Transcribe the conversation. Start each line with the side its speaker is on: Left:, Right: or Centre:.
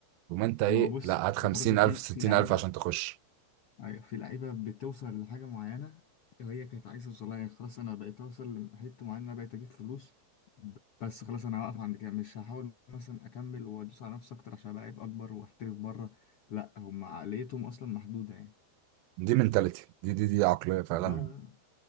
Right: وما انت ايه
Left: ما هو بص
Right: لا
Left: برضه
Right: هات 50000
Left: في
Right: 60000
Left: في لعيبه
Right: عشان تخش
Left: أيوة، في لعيبة بتوصل لحاجة معينة وهي كانت عايزة توصلها يعني خلاص أنا بقيت أوصل لحتة معينة أنا بقيت أجيب فلوس ب- بس خلاص أنا هوقف عند كده مش هحاول مثلا أكمل وأدوس على نفسي أكتر عشان أبقى لعيب أكبر وأحترف بره لأ هم عقليتهم أصلا محدودة يعني
Right: دي منتاليتي دي دي دي عقليه فعلا
Left: لا لا،